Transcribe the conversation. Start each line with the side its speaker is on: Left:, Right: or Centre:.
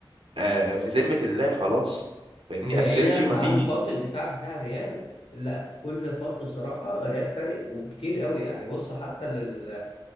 Right: آه في ذمه الله خلاص فاهمني
Left: بعيدا
Right: اسينسيو ما فيه
Left: عن خط الدفاع بتاع الريال لا في كل خط الصراحة الريال فارق وكتير قوي يعني بص حتى لل